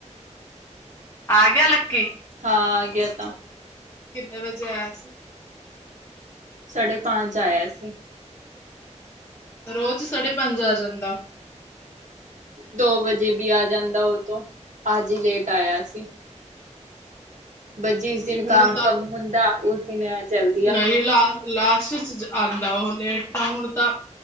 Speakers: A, on the left; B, on the right.
A: ਆਗੇਆ ਲੱਕੀ।
B: ਹਾਂ ਆ ਗਿਆ ਤਾਂ
A: ਕਿੰਨੇ ਵਜੇ ਆਏਆ ਸੀ।
B: ਸਾਢੇ ਪਾੰਚ ਆਏਆ ਸੀ।
A: ਰੋਜ ਸਾਢੇ ਪਾੰਜ ਆ ਜਾਂਦਾ।
B: ਦੋ ਵਜੇ ਵੀ ਆ ਜਾਂਦਾ ਓ ਤੋਂ ਆੱਜ ਹੀ ਲੇਟ ਆਏਆ ਸੀ। ਬਸ ਜਿਸ ਦਿਨ
A: ਤੇ ਹੁਣ
B: ਕਾਮ ਕੰਮ ਹੁੰਦਾ ਉਸ ਦਿਨ ਏ ਜਲ
A: ਨਈ ਲਾ ਲਾਸਟ ਚ ਆਂਦਾ ਓ ਲੇਟ ਤਾ ਹੁਣ ਤਾ